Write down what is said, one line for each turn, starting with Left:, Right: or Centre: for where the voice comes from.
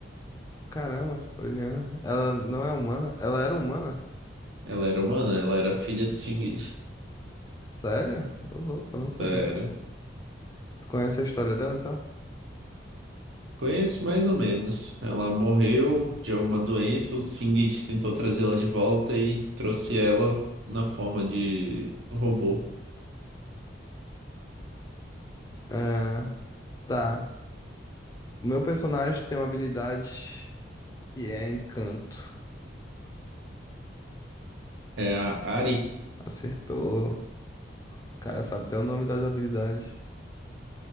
Left: Caramba, Oriana. Ela não é humana? Ela era humana?
Right: Ela era humana, ela era filha do Singed.
Left: Sério? Ô, louco, eu não
Right: Sério.
Left: sabia. Tu conhece a história dela, então?
Right: Conheço mais ou menos. Ela morreu de alguma doença, o Singed tentou trazê-la de volta e trouxe ela na forma de robô.
Left: É, tá. O meu personagem tem uma habilidade que é encanto.
Right: É a Ari.
Left: Acertou. cara sabe até o nome das habilidades.